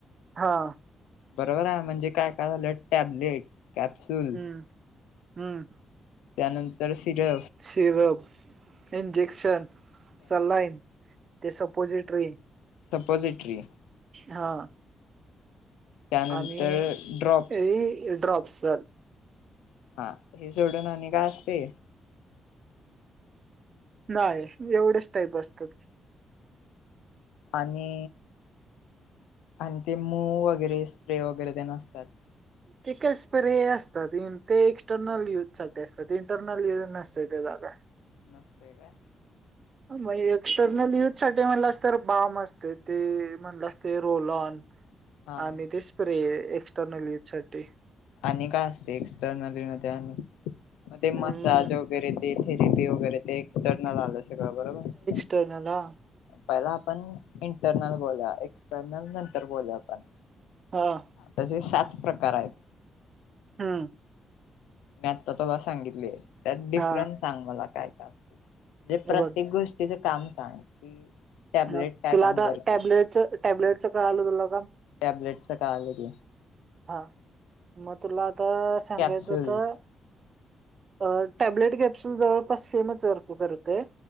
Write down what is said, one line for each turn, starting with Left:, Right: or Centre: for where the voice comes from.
Right: हा
Left: बरोबर आहे म्हणजे काय काय झालं टॅबलेट कॅप्सूल
Right: हम्म हम्म
Left: त्यानंतर सिर
Right: सिरप इंजेक्शन सलाईन ते सपोजिटरी
Left: सपोझिट्री
Right: हा
Left: त्यानंतर
Right: आणि
Left: ड्रॉप्स
Right: ड्रॉप्स
Left: हा हे सोडून आणि काय असते
Right: नाही एवढेच टाईप असतात
Left: आणि आणि ते मू वगैरे स्प्रे वगैरे ते नसतात
Right: तेिक स्प्रे असतात ते एक्स्टर्नल यूज सग असतात इंटरनल यज नसत ते जागा
Left: नसते काय?
Right: म्हणे एक्सटर्नल युज साठी म्हणलं अस तर बाम असते ते म्हणलं असते रोल ऑन
Left: हा
Right: आणि ते स्प्रे एक्स्टर्नल युज साठी.
Left: आणि काय असते एक्सटर्नली मध्ये आणि मग ते
Right: हम्म
Left: मसाज वगैरे ते थेरेपी वगैरे ते एक्सटर्नल आलं सगळं बरोबर
Right: <unintelligible> नला
Left: पहिला आपण इंटरनल बोल एक्सटर्नल नंतर बोलू आपण.
Right: हां
Left: ता जे सात प्रकार आहेत.
Right: हां
Left: मी आता तुला सांगितलेय त्यात डिफरन्स
Right: हा
Left: सांग मला काय काय असते. जे
Right: हे
Left: प्रत्येक
Right: बघ
Left: गोष्टीच काम सांग? टॅबलेट
Right: ह
Left: काय
Right: तुला
Left: काम
Right: आता
Left: करते
Right: टॅबलेटच टॅबलेटच कळालं तुला आता
Left: टॅबलेटच कालं की
Right: हा मग तुला आता सांगायचं
Left: कॅप्सूल
Right: तर अ टॅब्लेट कॅप्सुल जवळपास सेमच व करते